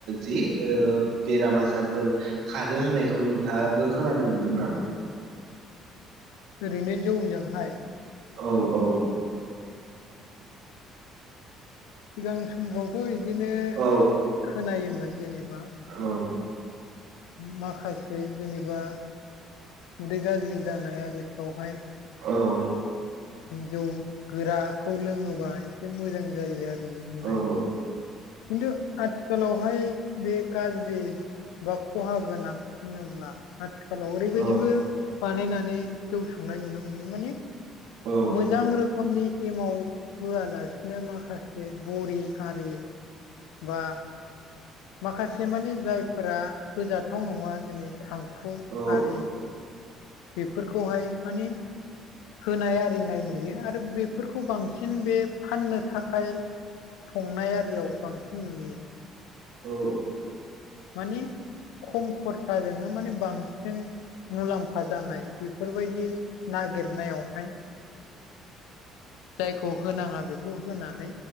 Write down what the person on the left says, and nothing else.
ओरैनो जौजोंहाय
सिगां समफ्रावथ' बिदिनो
खोनायोमोन जेनेबा।
माखासे जेनेबा उदै गाज्रि जानाय आरिफ्रावहाय।
जौ गोराखौ लोङोबा एसे मोजां जायो आरो होननाय।
खिन्थु आथिखालावहाय बे गाज्रि बा खहा गोनां होनोब्ला आथिखालाव ओरैबायदिबो
बानायनानै जौ संनाय नुनो मोनो माने।
मोजां रोखोमनि एमाव होआलासिनो माखासे बरि आरि बा माखासे मानिे जायफोरा होजाथाव नङा दिनै थांखु
आरि। बेफोरखौहाय माने होनाय आरिनाय नुयो आरो बेफोरखौ बांसिन बे फाननो थाखाय। संनाय आरियाव बांसिन नुयो।
माने खम खरसाजोंनो माने बांसिन मुलाम्फा जानाय बेफोरबायदि नागिरनायावहाय जायखौ होनाङा बेखौ होनानै